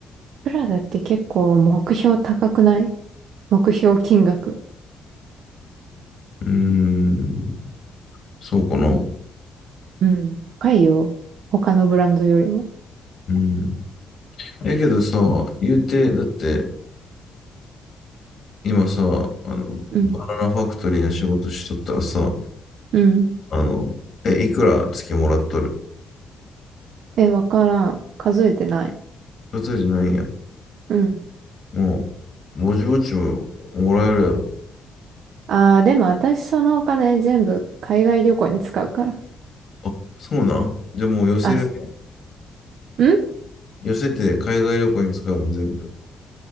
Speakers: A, on the right; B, on the left.
A: プラダって結構目標高くない目標金額。
B: うーんそうかな。
A: うん。高いよ。他のブランドよりも。
B: うん。えけどさ、言うて、だって今さ、あの、
A: うん。
B: バナナファクトリーの仕事しとったらさ、
A: うん。
B: あの、え、いくら月もらっとる
A: え、わからん。数えてない。
B: それじゃないんや。
A: うん。
B: もう、ぼちぼちももらえるやろ。
A: ああ、でも私そのお金全部海外旅行に使うから。
B: あ、そうなんじゃあもう寄せるやん
A: あ、すん
B: 寄せて海外旅行に使うの全部。